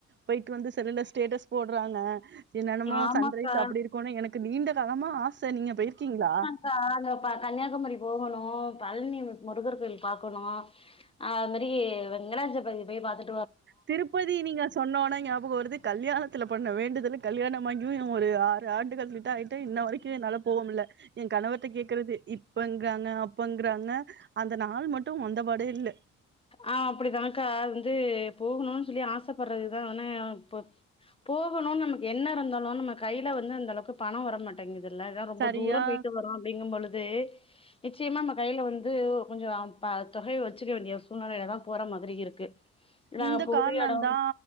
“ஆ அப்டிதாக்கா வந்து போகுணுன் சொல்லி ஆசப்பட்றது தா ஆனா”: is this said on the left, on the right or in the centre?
Left